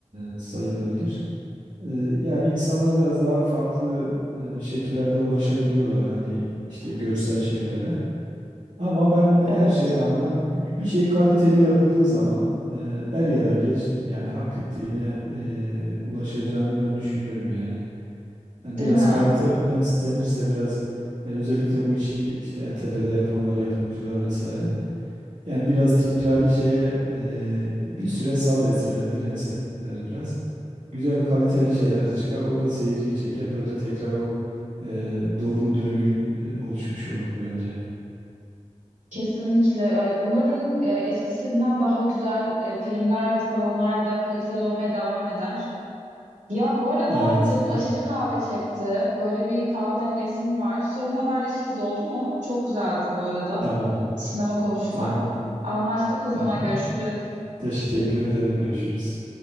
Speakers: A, on the right; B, on the right.
A: e, sayılabilir. Ee, Yani insanlar biraz daha farklı e, şekillerde ulaşabiliyorlar hani işte görsel şeylere. Ama ben her
B: Evet.
A: şeye rağmen hani bir şey kaliteli yapıldığı zaman e, er ya da geç yani hak ettiğine e, ulaşacağını ben düşünüyorum yani. Hani
B: Değil
A: biraz
B: mi?
A: kalite önemsenirse biraz yani özellikle bu işi işte en tepede yapanlar, yapımcılar vesaire. Yani biraz ticari şeye e, bir süre sabretseler, direnseler biraz güzel kaliteli şeyler çıkar. O da seyirciyi çeker. Böyle tekrar o e, doğru döngü e, oluşmuş olur bence.
B: Kesinlikle. Ee, Umarım e, eskisinden daha güzel e, filmler ve salonlarda kaliteli olmaya devam eder. Ya bu arada
A: Evet.
B: canım
A: Aynen.
B: aşırı kahve çekti. Böyle bir kahve demleyesim var. Sonra haberleşiriz oldu mu? Çok güzeldi bu arada
A: Tamam.
B: sinema konuşmak.
A: Tamam.
B: Anlaştık o zaman
A: Hı hı.
B: görüşürüz.
A: Teşekkür ederim. Görüşürüz.